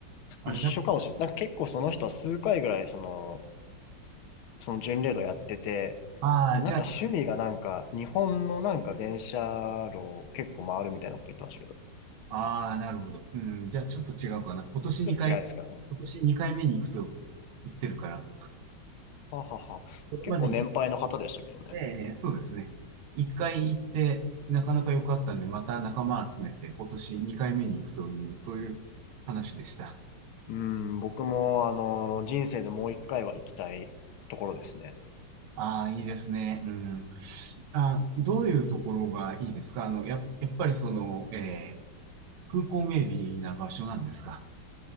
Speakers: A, on the right; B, on the left.
A: あれだった。
B: 一緒かもしれない。なんか結構その人は数回ぐらい、その、その巡礼路やってて、
A: ああ、
B: で、
A: じゃあ、
B: なんか趣味がなんか、日本のなんか電車路を結構回るみたいなこと言ってましたけど。
A: ああ、なるほど。うん、じゃあちょっと違うかな。今年2回今年2回目に行くと
B: ちょっと違いですか
A: 言ってるから、
B: ははは。
A: これまでに、
B: 結構年配の方でしたけどね。
A: ええそうですね。1回行って、なかなか良かったんで、また仲間集めて、今年2回目に行くという、そういう話でした。
B: うん、僕もあの、人生でもう一回は行きたいところですね。
A: ああ、いいですね。うん。あ、どういうところがいいですかあの、や、やっぱりその、えー、風光明媚な場所なんですか